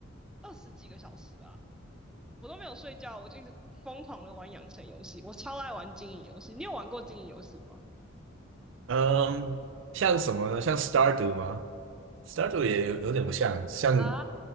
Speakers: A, in the centre; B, on the right (about 65°).
A: 二十几个小时吧，我都没有睡觉，我就一直疯狂的玩养成游戏，我超爱玩经营游戏，你有玩过经营游戏吗？
B: 嗯，像什么呢？像 s t a r d o 吗 s t a r d o 也有有点不像，像
A: 啊，